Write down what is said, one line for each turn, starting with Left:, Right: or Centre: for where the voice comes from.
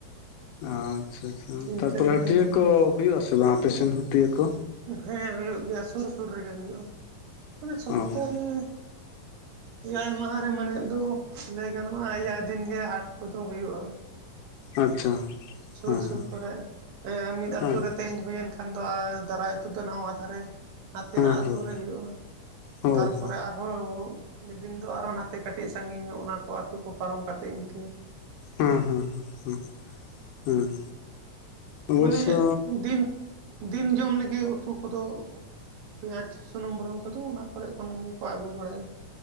Left: ᱟᱪᱪᱷᱟ ᱟᱪᱪᱷᱟ
Right: ᱤᱱᱠᱟᱹᱜᱮ
Left: ᱛᱟᱨ ᱯᱚᱨᱮ ᱦᱟᱹᱴᱤᱭᱟᱹ
Right: ᱱᱟᱦᱟᱜ
Left: ᱠᱚ ᱦᱩᱭᱩᱜ ᱟᱥᱮ ᱵᱟᱝ ᱟᱯᱮᱥᱮᱱ ᱦᱟᱹᱴᱤᱭᱟᱹ ᱠᱚ?
Right: ᱦᱮᱸ ᱦᱩᱭᱩᱜ ᱜᱮᱭᱟ ᱥᱩᱨ ᱥᱩᱨ ᱨᱮᱻᱜᱮ ᱦᱩᱭᱩᱜᱼᱟ ᱢᱟᱱᱮ ᱥᱚᱯᱛᱟ
Left: ᱚ
Right: ᱨᱮ, ᱮᱭᱟᱭ ᱢᱟᱦᱟ ᱨᱮ ᱢᱟᱱᱮᱜ ᱫᱚ ᱞᱟᱹᱭ ᱜᱟᱱᱚᱜᱼᱟ ᱮᱭᱟᱭ ᱫᱤᱱ ᱜᱮ ᱦᱟᱸᱴ ᱠᱚᱫᱚ ᱦᱩᱭᱩᱜᱼᱟ᱾
Left: ᱟᱪᱪᱷᱟ᱾
Right: ᱥᱩᱨ
Left: ᱦᱮᱸ
Right: ᱥᱩᱨ ᱠᱚᱨᱮ ᱢᱤᱫ ᱟᱹᱛᱩ
Left: ᱦᱮᱸ
Right: ᱨᱮ ᱛᱮᱦᱮᱧ ᱦᱩᱭ ᱮᱱ ᱠᱷᱟᱱ ᱫᱚ ᱟᱨ ᱫᱟᱨᱟᱭ ᱟᱹᱛᱩ ᱫᱚ ᱱᱟᱣᱟ ᱫᱷᱟᱨᱮ᱾ ᱱᱟᱛᱮ
Left: ᱦᱮᱸ
Right: ᱱᱟᱜ
Left: ᱦᱳᱭ
Right: ᱟᱛᱳ ᱨᱮ ᱦᱩᱭᱩᱜᱼᱟ
Left: ᱦᱳᱭ
Right: ᱛᱟᱨ
Left: ᱦᱳᱭ
Right: ᱯᱚᱨᱮ ᱟᱫ ᱢᱤᱫ ᱫᱤᱱ ᱫᱚ ᱟᱨᱦᱚ ᱱᱟᱛᱮ ᱠᱟᱹᱴᱤᱡ ᱥᱟᱺᱜᱤᱧ ᱧᱚᱜ ᱚᱱᱟ ᱠᱚ ᱟᱹᱛᱩ ᱠᱚ ᱯᱟᱨᱚᱢ ᱠᱟᱛᱮ ᱤᱱᱠᱟᱹ᱾
Left: ᱦᱩᱸ ᱦᱩᱸ ᱦᱩᱸ ᱦᱩᱸ ᱚᱵᱳᱥᱳ
Right: ᱢᱟᱱᱮ ᱫᱤᱱ ᱫᱤᱱ ᱡᱚᱢ ᱞᱟᱹᱜᱤᱫ ᱩᱛᱩ ᱠᱚᱫᱚ, ᱯᱮᱸᱭᱟᱡᱽ ᱥᱩᱱᱩᱢ ᱵᱩᱞᱩᱝ ᱠᱚᱫᱚ ᱚᱱᱟ ᱠᱚᱨᱮ ᱠᱷᱚᱱ ᱜᱮᱠᱚ ᱟᱹᱜᱩ ᱵᱟᱲᱟᱭ ᱜᱮᱭᱟ᱾